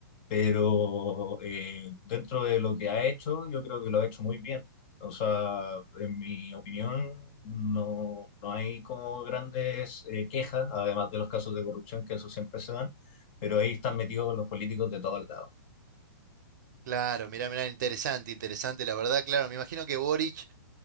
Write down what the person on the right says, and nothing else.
claro, mirá, mirá, interesante, interesante, la verdad, claro, me imagino que Boric